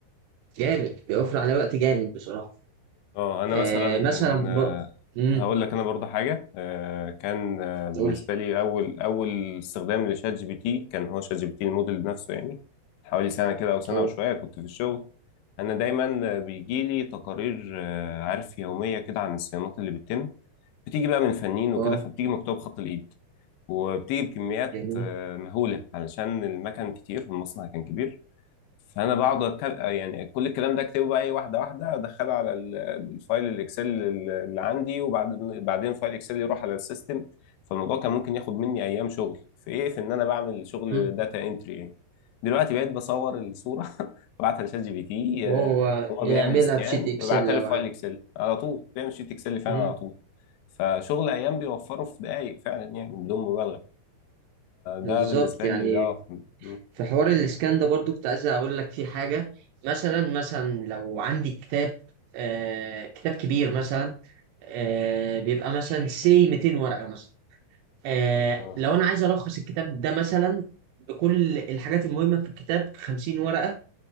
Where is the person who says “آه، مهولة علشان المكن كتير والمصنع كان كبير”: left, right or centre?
Left